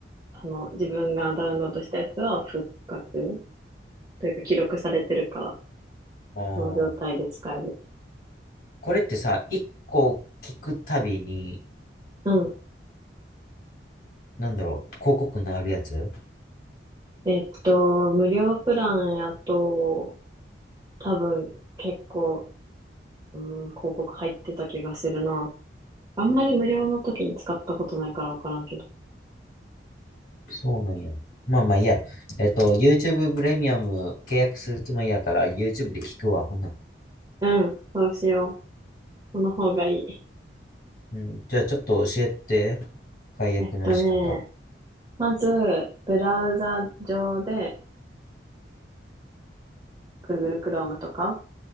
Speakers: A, on the right; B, on the left.
A: あの、自分がダウンロードしたやつは復活というか記録されてるから、
B: あー。
A: その状態で使える。
B: これってさ、一個聞くたびに、
A: うん。
B: なんだろう、広告になるやつ
A: えっと、無料プランやと、多分結構、うん、広告入ってた気がするな。あんまり無料の時に使ったことないからわからんけど。
B: そうなんや。まあまあいいや。えっと、YouTube プレミアム契約するつもりやから、YouTube で聞くわ、ほな。
A: うん、そうしよう。その方がいい。
B: うん、じゃあちょっと教えて。解約の仕方。
A: えっとね、まず、ブラウザ上で、Google Chrome とか